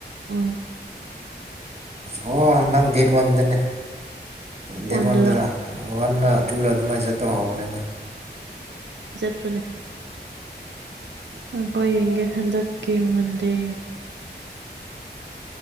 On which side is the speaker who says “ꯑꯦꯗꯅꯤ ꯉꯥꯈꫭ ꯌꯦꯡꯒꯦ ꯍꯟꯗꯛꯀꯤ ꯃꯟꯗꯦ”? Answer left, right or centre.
Right